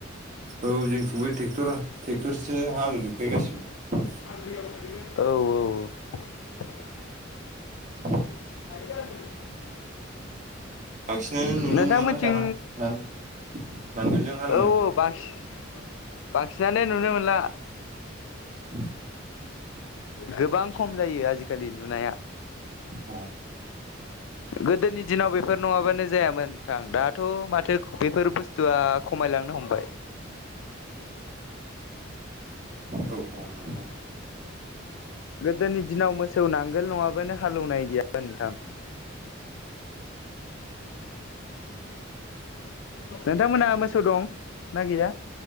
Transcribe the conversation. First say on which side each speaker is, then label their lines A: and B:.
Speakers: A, on the right; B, on the left.
A: औ जोंथिंबो ट्रेक्टर ट्रेक्टरसो हालेवजोबखायो गासिबो।
B: <inaudible> अ
A: <inaudible>
B: <inaudible>
A: बांसिनानो नुनो
B: नोंथांमोनथिं
A: मोनला ना दाना ना? नांगलजों हलेवनायखौ।
B: औ औ बांसिन बांसिनानो नुनो मोनला।
A: <inaudible>
B: गोबां खम जायो आजिखालि नुनाया।
A: औ
B: गोदोनि दिनाव बेफोर नङाबानो जायामोन नोंथां दाथ' औ माथो बेफोर बुस्थुआ खमायलांनो हमबाय।
A: औ औ नंगौ।
B: गोदोनि दिनाव मोसौ नांगोल नङाबानो हालेवनाय गैयामोन नोंथां। नोंथांमोनहा मोसौ दं ना गैया?